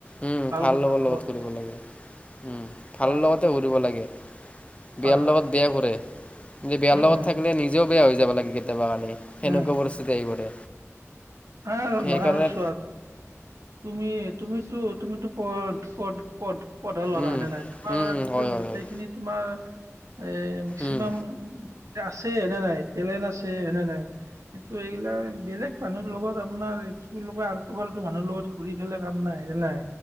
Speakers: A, on the left; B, on the right.
A: উম, ভাল
B: কথা
A: লগ'বৰ
B: কব
A: লগত ধৰিব লাগে। উম, ভাল
B: অ
A: লগতে ঘৰিব লাগে বেয়াৰ
B: হয় হয়
A: লগত বেয়া ঘুৰে। যে বয়াৰ
B: উম
A: লগত
B: উম
A: থাকিলে নিজেও বেয়া হৈ যাব লাগে। সেনেকুৱা
B: উম
A: পৰিস্থিতি আহি পৰে
B: আৰু
A: সেইকাৰণে।
B: নহয় আৰু চোৱা তুমি তুমিতো তুমিতো পদ পদ পদ পধ লৰা
A: উম,
B: হয়নে নহয় তোমাৰ
A: উম, উম,
B: একদম
A: হয়, হয়,
B: গোটেইখিনি
A: হয়।
B: তোমাৰ এ মেক্সিমাম
A: উম।
B: আছে হেনে নাই টেলেণ্ট আছে হেনে নাই কিন্তু এইগিলাক বেলেগ মানুহৰ লগত আপোনাৰ কি বুলি কয় আলটু ফালটু মানুহৰ লগত ঘূৰি ফেলে কাম নাই জালাই